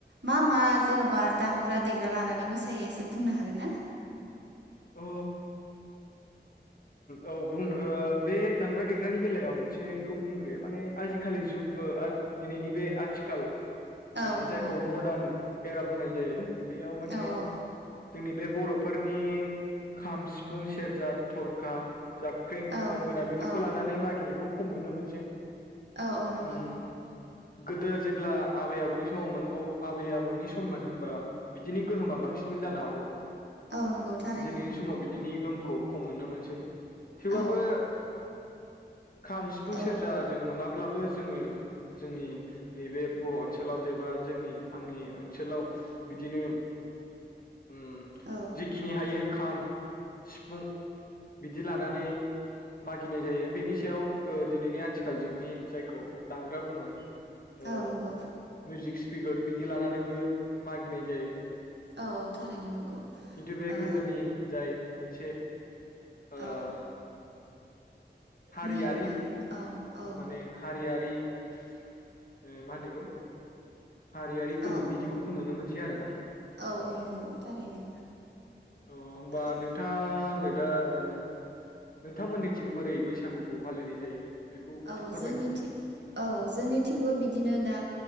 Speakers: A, on the right; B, on the left.
A: मा मा जेन'बा दामग्रा देग्रा लानानै मोसायो एसे बुंनो हागोन ना
B: अ औ बुंनो बे दामग्रा देग्रानि बेलायाव आं मोनसेखौ बुंग्रोयो माने आजिखालि जुग ओ दिनैनि बे आथिखाल माने
A: औ नंगौ
B: जायखौ‌ मरडान फेरा बुंनाय जायो बे आव माने
A: औ औ
B: जोंनि बे बर'फोरनि खाम सिफुं सेरजा थरखा जाबख्रें
A: औ
B: गंगोना बिदिखौ
A: औ
B: लानानै मागिनायखौ खम नुनो मोनसै
A: औ औ नंगौ
B: उम गोदो जेब्ला आबै आबौनि समावमोन औ आबै आबौनि सममोन होमबा बिदिनि गोहोमा बांसिनमोन जानो हागौ।
A: औ नंगौ थारैनो
B: दिनैनि समाव बिदिनो गोम खम नुनो मोनसै। थेवबाबो
A: औ
B: खाम सिफुं
A: औ
B: सेरजा जों नङा ब्लाबो जोङो जोंनि नैबे बर' ओनसोलाव जेबा जोंनि आंनि ओनसोलाव बिदिनो उम
A: औ
B: जिखिनि हायो खाम सिफुं बिदि लानानै मागिनाय जायो बेनि सायाव ओ दिनैनि आथिखाल जुगनि जायखौ दामग्रा बुङो। ओ
A: औ नंगौ
B: मुइजिग स्पिकार बिदि लानानैबो मागिनाय जायो।
A: औ औ थारैनो नंगौ
B: खिन्थु बे
A: ओ
B: गोदोनि जाय मोनसे उम।
A: औ
B: हारियारि
A: नियममोन औ
B: मा-माने
A: औ
B: हारियारि ए मा होनो इखौ? हारियारि गोहोम
A: औ
B: बिदिखौ खम नुनो मोनसै सै आरोना।
A: औ औ नंगौ थारैनो
B: अ होमबा
A: ओ।
B: नोंथाङा आंनो दा ओ नोंथांमोननिथिं बोरै बैसागुखौ फालिनाय जायो? बेखौ एसे
A: औ
B: फोरमायनो
A: जोंनिथिं औ जोंनिथिंबो बिदिनो दा